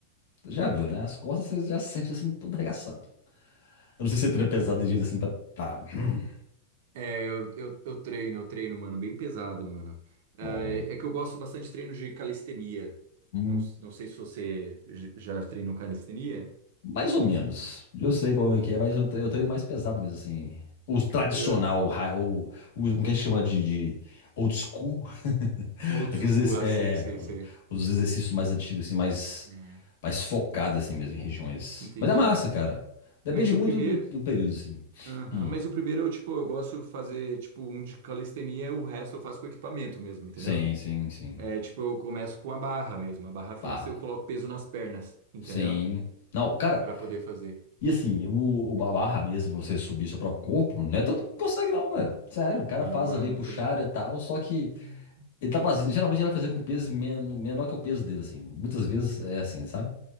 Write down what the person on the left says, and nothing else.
já viu, né? As costas você já sente assim, todo arregaçado. Eu não sei se você treina pesado de jeito assim pra. tá hum,
bom.
hum.
Mais ou menos. Eu sei como é que é, mas eu, tre- eu treino mais pesado mesmo, assim. O tradicional,
o, ra- o, o- como que a gente chama de, de old school? <laughs>
Aqueles,
exerc-
é,
os exercícios mais antigos, assim, mais,
mais focados, assim mesmo, em regiões.
Mas é massa, cara. Depende
muito
do, do período, assim.
Hum.
Sim, sim, sim.
Barra.
Sim. Não, cara,
e assim, o, o ba- barra mesmo, você subir seu próprio corpo, não é todo mundo que consegue, não, velho. Sério, o cara
faz ali
puxar
e tal, só que.
Ele tá fazendo, geralmente ele vai fazer com peso men- menor que o peso dele, assim. Muitas vezes é assim, sabe?